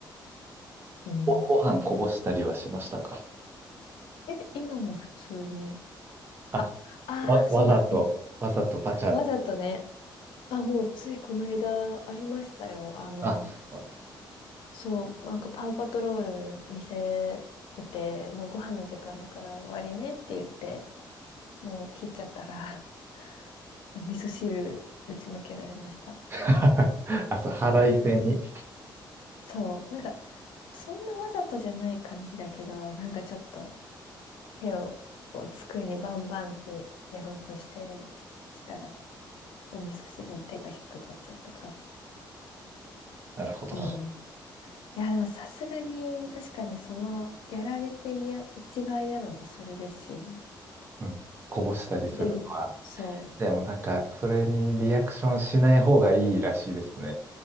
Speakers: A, on the left; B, on the right.
A: うん。
B: ご、ご飯こぼしたりはしましたか
A: え、今も普通に
B: あ、
A: あ、ああ、
B: わ、
A: そうだ。
B: わざと、
A: い、
B: わざとバチャって。
A: わざとね。あ、もうついこの間ありましたよ。あの、
B: あ、そうなんです。
A: そう、なんかパウパトロール見せてて、もうご飯の時間だから終わりねって言って、もう切っちゃったら、<laughs> 味噌汁ぶちまけられました。
B: <laughs> あ、そう、腹いせに。
A: <laughs> そう、なんか、そんなわざとじゃない感じだけど、なんかちょっと手をこう机にバンバンってやろうとして、したら、お味噌汁に手が引っかかっちゃった感じで。
B: なるほど。
A: うんいや、でもさすがに、確かにその、やられていや、一番嫌なのそれですよね。
B: うん。こぼしたりするのは。
A: でも、そ
B: でもなんか、それにリアクションしない方がいいらしいですね。